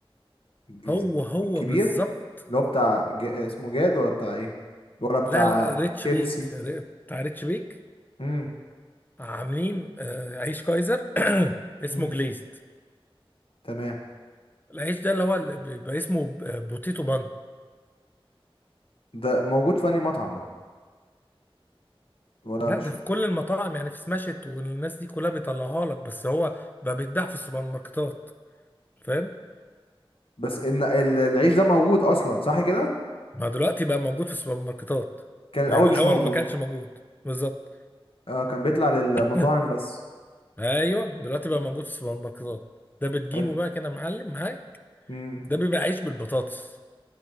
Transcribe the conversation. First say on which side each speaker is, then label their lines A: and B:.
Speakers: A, on the left; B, on the left.
A: جيز-
B: هو هو
A: الكبير
B: بالظبط
A: اللي هو بتاع ج... اسمه جاد ولا بتاع ايه ولا بتاع
B: لا لا ريتش
A: كيف
B: بيك
A: سي
B: ر- بتاع ريتش بيك
A: مم.
B: عاملين آه، عيش كايزر <clears throat> اسمه
A: مم.
B: جليزد
A: تمام
B: العيش ده اللي هو اللي بيبقى اسمه ب- بوتيتو بان
A: ده موجود في أنهي مطعم ده ولا
B: لا
A: مش
B: ده في كل المطاعم يعني في سماشت والناس دي كلها بيطلعوها لك بس هو بقى بيتباع في السوبر ماركتات فاهم
A: بس ان ال- العيش ده موجود اصلا صح كده
B: ما دلوقتي بقى موجود في السوبر ماركتات
A: كان الاول
B: يعني الاول
A: مش موجود
B: ما كانش موجود بالظبط
A: اه كان بيطلع للمطاعم
B: <laughs>
A: بس
B: ايوه دلوقتي
A: مم.
B: بقى موجود في السوبر ماركتات ده بتجيبه
A: ايه
B: بقى كده معلم معاك
A: امم
B: ده بيبقى عيش بالبطاطس